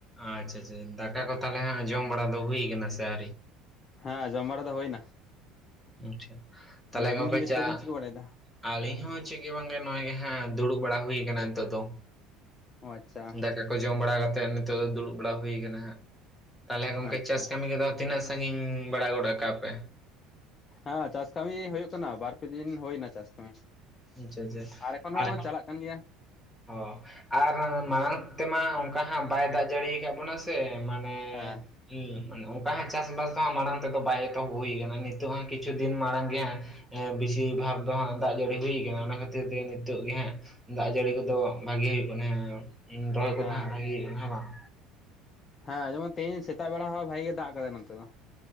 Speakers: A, in the centre; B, on the left (about 20°).
A: ᱟᱪᱪᱷᱟ ᱟᱪᱪᱷᱟ ᱪᱷᱟ ᱫᱠᱟ ᱠᱚ ᱛᱟᱦᱚᱞᱮ ᱦᱟᱸᱜ ᱡᱚᱢ ᱵᱟᱲᱟ ᱫᱚ ᱦᱩᱭᱩᱭ ᱠᱟᱱᱟ ᱥᱮ ᱟᱹᱣᱨᱤ?
B: ᱦᱮᱸ ᱡᱚᱢ ᱵᱟᱲᱟ ᱫᱚ ᱦᱩᱭᱱᱟ᱾
A: ᱟᱪᱪᱷᱟ, ᱛᱟᱦᱚᱞᱮ
B: ᱟᱹᱵᱤᱱ
A: ᱜᱚᱝᱠᱮ
B: ᱜᱮ
A: ᱪᱟ
B: ᱪᱮᱫ ᱵᱤᱱ ᱪᱤᱠᱟᱹ ᱵᱟᱲᱟᱭᱮᱫᱟ
A: ᱟᱹᱞᱤᱧ ᱦᱚᱸ ᱪᱮᱜᱮ ᱵᱟᱝ ᱜᱮ ᱱᱚᱜᱼᱚᱭ ᱜᱮ ᱦᱟᱸᱜ ᱫᱩᱲᱩᱵ ᱵᱟᱲᱟ ᱦᱩᱭᱩ ᱠᱟᱱᱟ ᱱᱤᱛᱚᱜ ᱫᱚ᱾
B: ᱚ ᱟᱪᱪᱷᱟ
A: ᱫᱟᱠᱟ ᱠᱚ ᱡᱚᱢ ᱵᱟᱲᱟ ᱠᱟᱛᱮ ᱱᱤᱛᱚᱜ ᱫᱚ ᱫᱩᱲᱩᱵ ᱵᱟᱲᱟ ᱦᱩᱭ ᱠᱟᱱᱟ ᱦᱟᱸᱜ᱾ ᱛᱟᱦᱚᱞᱮ ᱜᱚᱝᱠᱮ
B: ᱟᱪᱪᱷᱟ
A: ᱪᱟᱥ ᱠᱟᱹᱢᱤ ᱠᱚᱫᱚ ᱛᱤᱱᱟᱹᱜ ᱥᱟᱺᱜᱤᱧ ᱵᱟᱲᱟ ᱜᱚᱰ ᱠᱟᱜ ᱯᱮ?
B: ᱦᱮᱸ, ᱪᱟᱥ ᱠᱟᱹᱢᱤ ᱦᱩᱭᱩᱜ ᱠᱟᱱᱟ ᱵᱟᱨᱯᱮ ᱫᱤᱱ ᱦᱩᱭᱱᱟ ᱪᱟᱥ ᱠᱟᱹᱢᱤ᱾
A: ᱟᱪᱪᱷᱟ ᱟᱪᱪᱷᱟ
B: ᱟᱨᱮ ᱠᱷᱚᱱ
A: ᱟᱨ
B: ᱦᱚᱸ ᱪᱟᱞᱟᱜ ᱠᱟᱱ ᱜᱮᱭᱟ᱾
A: ᱚ ᱟᱨ ᱢᱟᱲᱟᱝ ᱛᱮᱢᱟ ᱚᱱᱠᱟ ᱦᱟᱸᱜ ᱵᱟᱭ ᱫᱟᱜ ᱡᱟᱹᱲᱤᱭᱟ ᱟᱠᱟᱫ ᱵᱚᱱᱟ ᱥᱮ ᱢᱟᱲᱟᱝ ᱾
B: ᱦᱮᱸ ᱾
A: ᱦᱮᱸ ᱢᱮ ᱚᱱᱠᱟ ᱦᱟᱸᱜ ᱪᱟᱥᱵᱟᱥ ᱫᱚ ᱦᱟᱸᱜ ᱢᱟᱲᱟᱝ ᱛᱮᱫᱚ ᱵᱟᱭ ᱮᱛᱚᱦᱚᱵ ᱦᱩᱭ ᱟᱠᱟᱱᱟ, ᱱᱤᱛᱚᱜ ᱦᱚᱸ ᱠᱤᱪᱷᱩ ᱫᱤᱱ ᱢᱟᱲᱟᱝ ᱜᱮ ᱦᱟᱸᱜᱼᱼ ᱦᱮᱸ ᱵᱮᱥᱤ ᱵᱷᱟᱜ ᱫᱚ ᱦᱟᱸᱜ ᱫᱟᱜ ᱡᱟᱹᱲᱤ ᱦᱩᱭᱼᱼ ᱠᱟᱱᱟ ᱚᱱᱟ ᱠᱷᱟᱹᱛᱤᱨ ᱛᱮ ᱱᱤᱛᱚᱜ ᱜᱮ ᱦᱟᱸᱜ ᱫᱟᱜ ᱡᱟᱹᱲᱤ ᱠᱚᱫᱚ ᱵᱷᱟᱜᱮ ᱦᱩᱭᱩᱜ ᱠᱟᱱᱟ᱾ ᱨᱚᱦᱚᱭ
B: ᱦᱮᱸ
A: ᱜᱚᱫ ᱦᱟᱸᱜ ᱵᱷᱟᱹᱜᱤ ᱦᱩᱭᱩᱜ ᱠᱟᱱᱟ ᱦᱮᱸ ᱵᱟᱝ?
B: ᱦᱮᱸ, ᱡᱮᱢᱚᱱ ᱛᱮᱦᱤᱧ ᱥᱮᱛᱟᱜ ᱵᱮᱲᱟ ᱦᱚᱸ ᱵᱷᱟᱜᱤ ᱜᱮ ᱫᱟᱜ ᱠᱟᱫᱟᱭ ᱱᱚᱛᱮ ᱫᱚ᱾